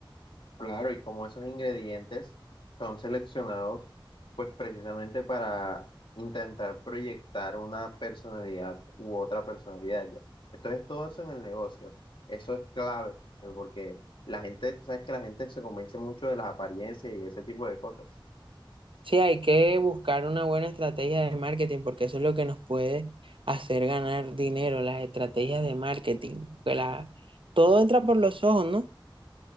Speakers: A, on the left; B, on the right.
A: Claro, y como esos ingredientes son seleccionados, pues precisamente para intentar proyectar una personalidad u otra personalidad ya. Entonces todo eso en el negocio, eso es clave, porque la gente, sabes que la gente se convence mucho de las apariencias y ese tipo de cosas.
B: Sí, hay que buscar una buena estrategia de marketing, porque eso es lo que nos puede hacer ganar dinero, las estrategias de marketing. que la- todo entra por los ojos, ¿no?